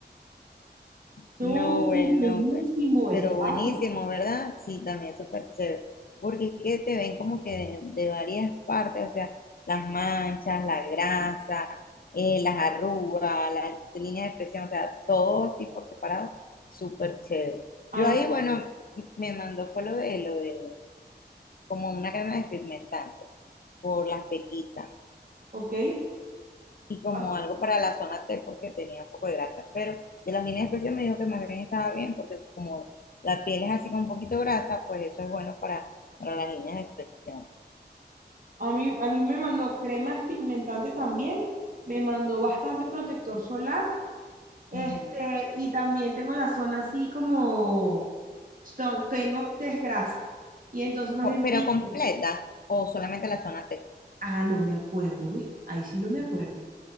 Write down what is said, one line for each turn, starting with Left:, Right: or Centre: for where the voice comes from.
Right: No,
Left: No, bueno,
Right: sí, buenísimo,
Left: pero,
Right: eso
Left: pero
Right: estaba
Left: buenísimo,
Right: feliz.
Left: ¿verdad? Sí, también súper chévere. Porque es que te ven como que de, de varias partes, o sea, las manchas, la grasa, eh, las arrugas, las líneas de expresión, o sea, todo así por separado, súper chévere.
Right: A
Left: Yo
Right: mí,
Left: ahí, bueno, me mandó fue lo de lo de como una crema despigmentante por las pequitas
Right: ok, a
Left: y como
Right: mí,
Left: algo para la zona T porque tenía un poco de grasa. Pero de las líneas especiales me dijo que más bien estaba bien porque como la piel es así con un poquito grasa, pues eso es bueno para, para las líneas de expresión.
Right: a mí, a mí me mandó crema pigmentantes también, me mandó bastante protector solar, este,
Left: Ujú.
Right: y también tengo la zona así como, to- tengo desgrasa. Y entonces más
Left: Co-
Right: bien me
Left: Pero
Right: dijo,
Left: completa o solamente la zona T.
Right: ah, no me acuerdo, ¿ves? Ahí sí no me
Left: Ujú.
Right: acuerdo.